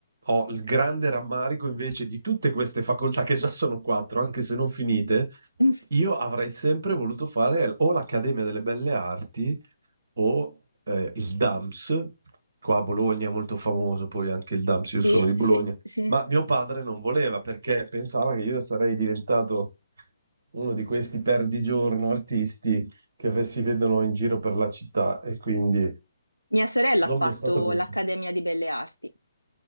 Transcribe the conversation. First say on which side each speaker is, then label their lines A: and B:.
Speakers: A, on the right; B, on the right.
A: ho il grande rammarico invece di tutte queste facoltà che già sono quattro, anche se non finite
B: Mm,
A: io avrei sempre voluto fare o l'Accademia delle Belle Arti o eh, il DAMS, qua a Bologna è molto famoso poi anche il DAMS, io sono
B: Sì,
A: di Bologna,
B: sì, sì.
A: ma mio padre non voleva perché pensava che io sarei diventato uno di questi perdigiorno artisti che ve- si vedono in giro per la città e quindi
B: Mia sorella
A: non
B: ha fatto
A: mi è stato concesso.
B: l'Accademia di Belle Arti.